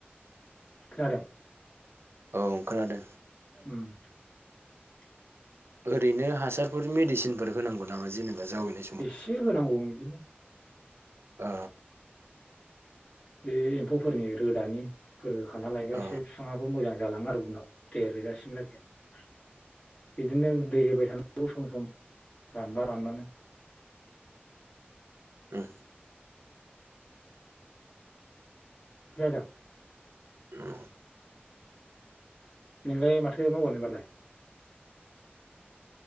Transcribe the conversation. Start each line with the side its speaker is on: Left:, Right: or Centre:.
Left: खोनादों।
Right: औ खोनादो
Left: उम
Right: ओरैनो हासार बेफोर मेडिसिनफोर होनांगौ नामा जेनेबा जावैनाय।
Left: एसे होनांगौ बिदिनो
Right: ओ
Left: बे एम्फौफोरनि रोदानिफोर होखाना लायबाय
Right: अ
Left: एसे बिफाङा बौ मोजां जालाङो आरो उनाव देर रोजासिम लागै उम। बिदिनो दै होबाय थानांगौ सम-सम रानबा रानबानो।
Right: उम
Left: खोनादों
Right: <unintelligible>
Left: नोंलाय माथो मावगोन होनबालाय